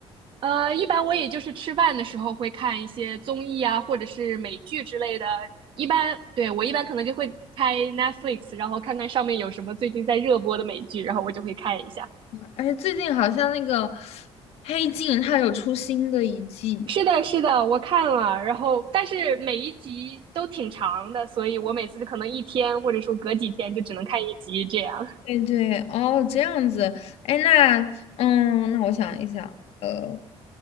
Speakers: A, on the right; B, on the left.
A: 呃，一般我也就是吃饭的时候会看一些综艺啊，或者是美剧之类的。一般，对，我一般可能就会开 Netflix，然后看看上面有什么最近在热播的美剧，然后我就会看一下。
B: 哎，最近好像那个《黑镜》它有出新的一季。
A: 是的，是的，我看了，然后但是每一集都挺长的，所以我每次可能一天或者说隔几天就只能看一集这样。
B: 对对，哦，这样子，哎，那，嗯，那我想一想，呃，